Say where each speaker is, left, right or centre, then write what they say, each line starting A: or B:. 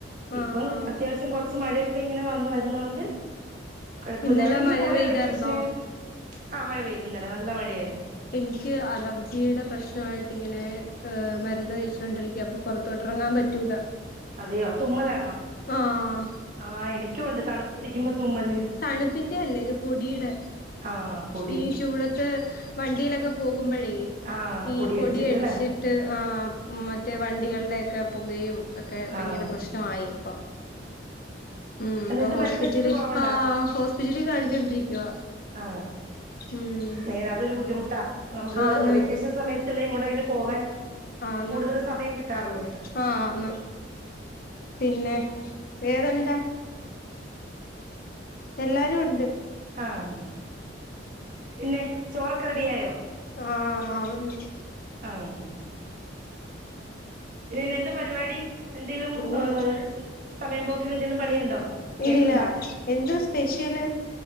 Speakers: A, on the left; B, on the right.
A: ആഹ്
B: ഇപ്പം
A: ആഹ്
B: അത്യാവശ്യം കൊർച്ച് മഴയൊക്കെ ങ്ങനെ വന്ന് വരുന്നോണ്ട് കുഴപ്പല്ല
A: ഇന്നലെ
B: എവിടെങ്കിലും
A: മഴ
B: പോയോ
A: പെയ്തായിരുന്നോ
B: വെക്കേഷന് ആ മഴ പെയ്ത് ന്നലെ നല്ല മഴയായിരുന്നു
A: ഇനിക്ക് അലർജിയുടെ പ്രശ്നായിട്ട് ങ്ങനെ മരുന്ന് കഴിച്ചോണ്ടിരിക്ക അപ്പൊ പൊറ ത്തോട്ടറങ്ങാൻ പറ്റൂല
B: അതെയോ തുമ്മലാണോ
A: ആഹ്
B: ആഹ് എനിക്കുണ്ട് തണുത്തിരിക്കുമ്പോ തുമ്മല്
A: തണുപ്പിന്റെ അല്ലേ ഇത് പൊടിയുടെ
B: ആഹ് പൊടി
A: ഈ ചൂട് ത്ത് വണ്ടിയിലൊക്കെ പോകുമ്പഴേ
B: ആഹ്
A: ഈ
B: പൊടിയടിച്ചിട്ടല്ലേ
A: പൊടിയടിച്ചി ട്ട് ആ മറ്റേ വണ്ടികളുടെയെക്കെ പുകയും ഒക്കെ ഭയങ്കര
B: ആഹ്
A: പ്രശ്നായി ഇപ്പം ഉം
B: എന്നിട്ട്
A: ഇപ്പൊ ഹോസ്പിറ്റല്
B: മരുന്ന് കയ്ച്ചിട്ട് കുറവ് ണ്ട
A: ആ ഹോസ്പിറ്റലിൽ കാണിച്ചോണ്ടിരിക്കുവ
B: ആ
A: ഉം
B: നേരാതൊരു ബുദ്ധിമുട്ടാ നമുക്ക്
A: ആന്ന്
B: വെക്കേഷൻ സമയത്തല്ലേ എങ്ങോട്ടെങ്കിലും പോകാൻ
A: ആന്ന്
B: കൂടുതൽ സമയം കിട്ടാറൊള്ളൂ
A: ആന്ന് പിന്നെ വേറെന്താ എല്ലാരും ണ്ട്
B: ആഹ് പിന്നെ ചോറൊക്കെ റെഡി ആയോ
A: ആഹ് ആവുന്ന്
B: ആഹ് പിന്നെ എന്താ പരിപാടി എന്തെലും
A: പിന്നെ
B: ഉം സമയം പോ ക്ക്ന് എന്തേലും പണിയുണ്ടോ കേക്ക്
A: ഇല്ല
B: ഉണ്ടാക്കലോ
A: എന്തോ സ്പെഷ്യല്